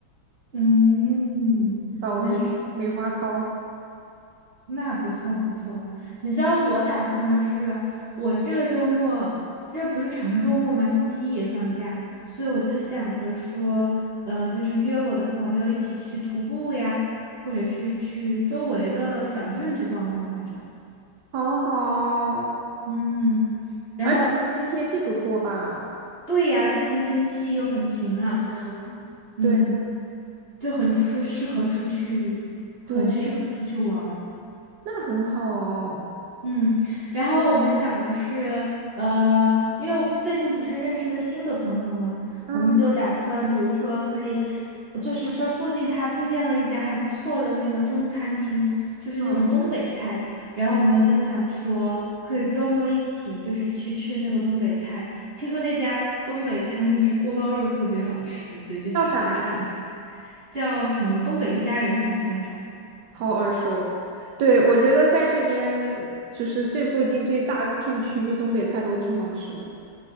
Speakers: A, on the right; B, on the right.
A: 嗯，
B: 枣泥梅花糕，
A: 原来是那不错不错，你知道我打算的是，我这个周末，这不是长周末吗？星期一也放假，所以我就想着说，呃，就是约我的朋友一起去徒步呀，或者是去周围的小镇去逛逛来着。
B: 好好，
A: 嗯，然后
B: 而且最近天气不错吧？
A: 对呀，最近天气又很晴朗，
B: 嗯，
A: 嗯，
B: 对
A: 就很出适合出去，很适合出去玩儿。
B: 对，那很好哦。
A: 嗯，然后我们想的是，呃，因为我最近不是认识了新的朋友嘛，
B: 嗯
A: 我们就打算，比如说可以，就是这附近他推荐了一家还不错的那个中餐厅，就是那种东北菜，
B: 嗯，
A: 然后我们就想说，可以周末一起就是去吃那个东北菜，听说那家东北餐厅就是锅包肉特别好吃，所以就想去尝一尝，
B: 叫啥呀？
A: 叫什么东北一家人还是叫啥？
B: 好耳熟。对，我觉得在这边就是这附近这大片区域，东北菜都挺好吃的。